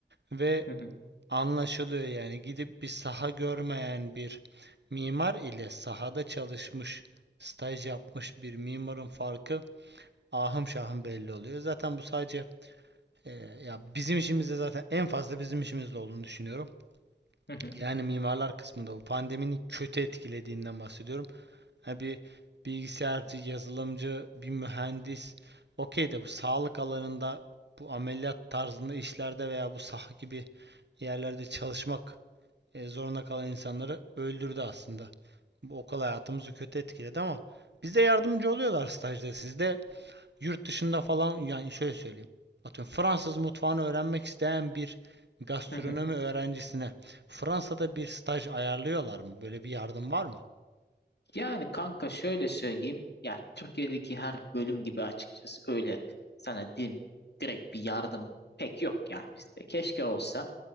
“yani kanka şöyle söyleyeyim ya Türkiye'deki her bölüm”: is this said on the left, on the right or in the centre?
Left